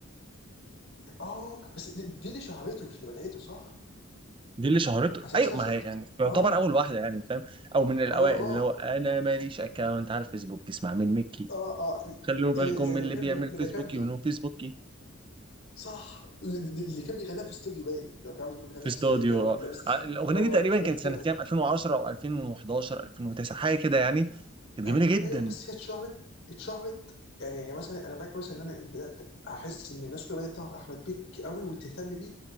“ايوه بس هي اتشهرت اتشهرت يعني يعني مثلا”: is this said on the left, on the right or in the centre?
Left